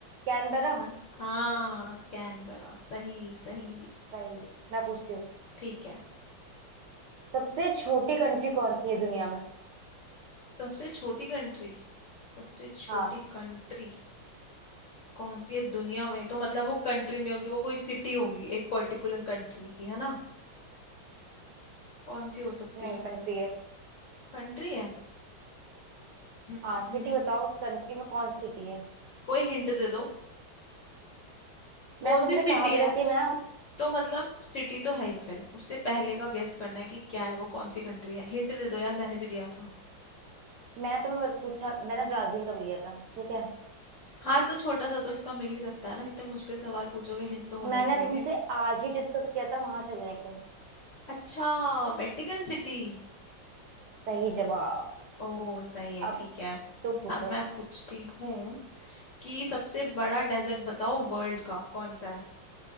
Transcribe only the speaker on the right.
कैन बरा
सही मैं पूछती हूँ
सबसे छोटी कंट्री कौन सी है दुनिया में
हाँ
नहीं
कंट्री है
हाँ
सिटी
बताओ उस कंट्री में कौन सी सिटी है
मैंने तुमसे
कहा भी
था कि मैं ना
मैंने तुम्हें बस पूछा मैंने ब्राजील का भी दिया था ठीक है
मैंने
तुमसे आज ही डिस्कस किया था वहां चलने को
सही जवाब
अब
तो पूछो